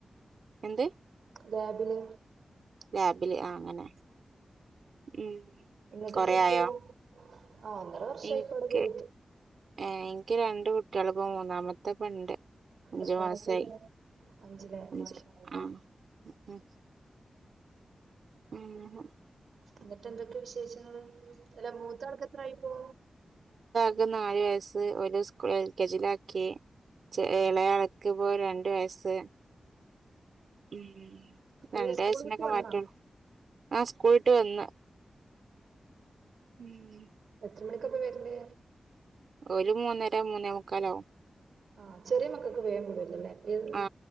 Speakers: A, on the right; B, on the right.
A: എന്ത്
B: ലാബില്
A: ലാബില് ആ അങ്ങനെ ഉ
B: നിങ്ങക്കെത്ര
A: കൊറെ
B: കുട്ടികളാ
A: ആയോ
B: ആ ഒന്നര വർഷമായിപ്പ
A: എനിക്ക്
B: അവിടെ കേറീട്ട്
A: ഏ എനിക്ക് രണ്ട് കുട്ടികള് ഇപ്പം മൂന്നാമത്തെ ഇപ്പ ഉണ്ട് അഞ്ചുമാസായി
B: എത്രാം ക്ലാസ്സിലാ പഠിക്കണേ അഞ്ചിലേ
A: അഞ്ച്
B: മാഷാ അള്ളാ
A: ആ ഉം ഉം ഉം ഹ്
B: എന്നിട്ട് എന്തൊക്കെ വിശേഷങ്ങള് അല്ല മൂത്താൾക്ക് എത്ര ആയിപ്പോ
A: ക്ക് നാല് വയസ്സ് ഒരു സ്കൂളിൽ എൽ കെ ജി ലാക്കി
B: ആ
A: ഇളയാക്ക് ഇപ്പൊ രണ്ട് ഒര് വയസ് ഉം രണ്ട്
B: അല്ല സ്കൂൾ
A: അച്ചനൊക്കെ
B: വിട്ട് വന്നാ
A: മാറ്റള്ളൂ ആ സ്കൂൾ വിട്ട് വന്ന് ഉം
B: എത്ര മണിക്കപ്പോ വരണെ
A: ഒരു മൂന്നര മൂന്നേ മുക്കാലാവും
B: ആ ചെറിയ മക്കൾക്ക് വേഗം വിടുവല്ലല്ലേ ഏത്
A: ആ